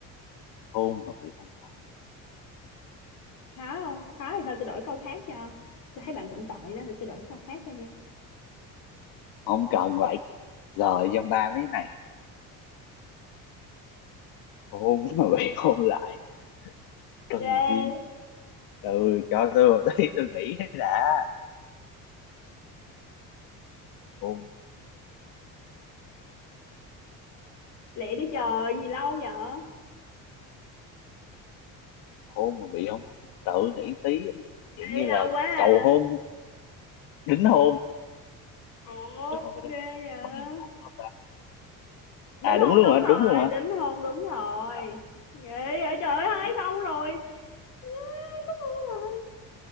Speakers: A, on the left; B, on the left.
A: hôn mà bị hôn lại
B: khó không? Khó thì thôi tôi đổi câu khác cho. Tôi thấy bạn cũng tội đó thì tôi đổi câu khác cho nha.
A: không cần vậy giờ dăm ba mấy này hôn mà bị hôn lại cần
B: Yeah.
A: gì từ cho tôi một tí tôi nghĩ đã hôn
B: Lẹ đi trời gì lâu vậy?
A: hôn mà bị hôn lại tự nghĩ tí dạng
B: Ê,
A: như là
B: lâu quá
A: cầu hôn
B: à.
A: đính hôn
B: Ủa
A: Đâu, đâu, đâu,
B: ghê
A: đâu.
B: vậy.
A: còn gì nữa hôn không ta
B: Đính
A: à
B: hôn
A: đúng luôn
B: đúng
A: hả đúng
B: rồi,
A: luôn hả
B: đính hôn đúng rồi.
A: Trời
B: Ghê vậy trời ơi, hai
A: ơi,
B: xong rồi. À, sắp hôn rồi.